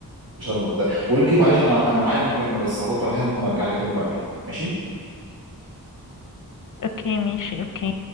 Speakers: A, on the right; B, on the left.
A: في شرم والغردقه بقول لك ايه معلش انا انا معايا مكالمه بس هرد عليها ممكن ارجع لك تاني بعدين ماشي
B: اوكي ماشي اوكي